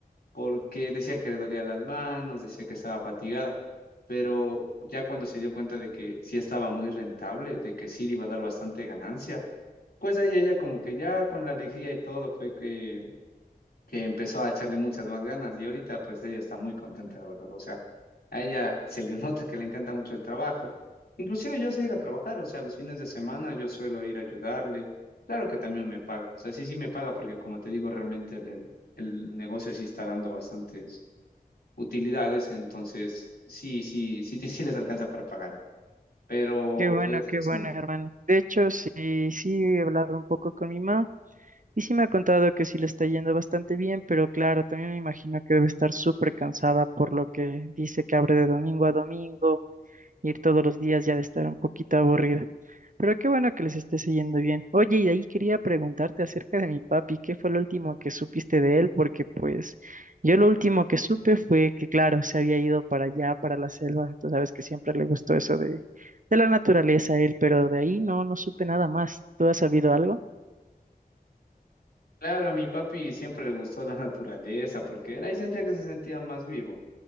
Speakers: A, on the left; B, on the right.
A: porque decía que le dolía las manos, decía que estaba fatigada, pero ya cuando se dio cuenta de que sí estaba muy rentable, de que sí le iba a dar bastante ganancia, pues ahí ella como que ya con la alegría y todo fue que que empezó a echarle muchas más ganas y ahorita pues ella está muy contenta, la verdad. O sea, a ella se le <laughs> nota que le encanta mucho el trabajo. Inclusive yo sé ir a trabajar, o sea, los fines de semana yo suelo ir a ayudarle. Claro que también me paga, o sea, sí, sí me paga porque como te digo, realmente el, el, el negocio sí está dando bastantes utilidades, entonces sí, sí, sí, sí, <laughs> sí les alcanza para pagar. Pero
B: Qué bueno,
A: pues
B: qué
A: eso,
B: bueno, hermano. De hecho, sí, sí he hablado un poco con mi mamá. Y sí me ha contado que sí le está yendo bastante bien, pero claro, también me imagino que debe estar súper cansada por lo que dice que abre de domingo a domingo, ir todos los días ya de estar un poquito aburrida. Pero qué bueno que les esté yendo bien. Oye, y de ahí quería preguntarte acerca de mi papi, ¿qué fue lo último que supiste de él? Porque pues yo lo último que supe fue que, claro, se había ido para allá, para la selva. Tú sabes que siempre le gustó eso de, de la naturaleza a él, pero de ahí no, no supe nada más. ¿Tú has sabido algo?
A: claro, a mi papi siempre le gustó la <laughs> naturaleza porque él ahí sentía que se sentía más vivo.